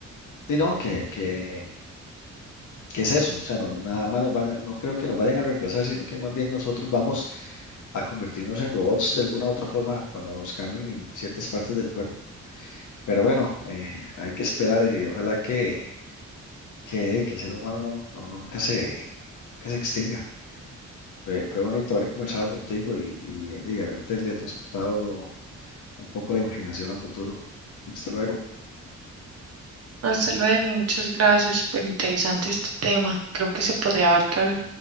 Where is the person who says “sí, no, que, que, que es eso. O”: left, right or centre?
Left